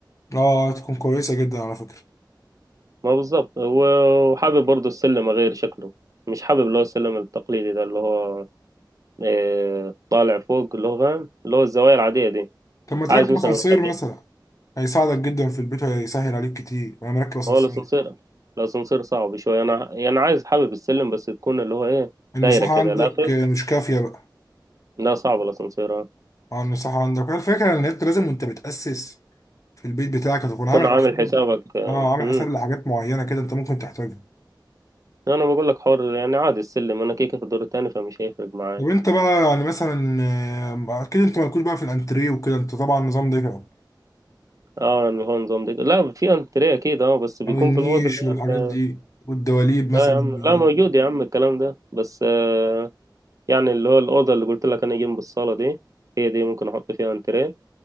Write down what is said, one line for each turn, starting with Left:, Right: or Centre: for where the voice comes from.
Left: اه تكون كويسة جدا على فكرة
Right: ما بالظبط و- وحابب برضو السلم اغير شكله مش حابب اللي هو السلم التقليدي ده اللي هو إيه، طالع فوق اللي هو فاهم اللي هو الزوايا العاديه دي
Left: طب ما تركب
Right: عايز مثلا
Left: اسانسير
Right: اخليه
Left: مثلا هيساعدك جدا في البيت وهيسهل عليك كتير انا مركب اسانسير
Right: هو الاسانسير الاسانسير صعب شويه انا يعني عايز حابب السلم بس تكون اللي هو ايه
Left: المساحة
Right: دايره كده
Left: عندك
Right: لا خير
Left: مش كافية بقى
Right: لا صعب الاسانسير آه.
Left: اه المساحة عندك هي الفكرة ان انت لازم وانت بتأسس في البيت بتاعك هتكون
Right: تكون
Left: عامل
Right: عامل
Left: حساب
Right: حسابك آه،
Left: اه عامل
Right: مم.
Left: حساب لحاجات معينة كده انت ممكن تحتاجها
Right: انا بقول لك حر يعني عادي السلم انا كيكه في الدور التاني فمش هيفرق معايا
Left: طب انت بقى يعني مثلا آه، اكيد انت مالكوش بقى في الانتريه وكده انت طبعا النظام ده كده
Right: اه اللي هو نظام دي لا في انتريه اكيد اه بس بيكون
Left: او النيش
Right: في الاوضه اللي
Left: والحاجات
Right: هي ال-
Left: دي والدواليب
Right: لا
Left: مثلا
Right: يا عم
Left: يعني
Right: لا موجود يا عم الكلام ده بس آه يعني اللي هو الاوضه اللي قلت لك انا جنب الصاله دي هي دي ممكن احط فيها انتريه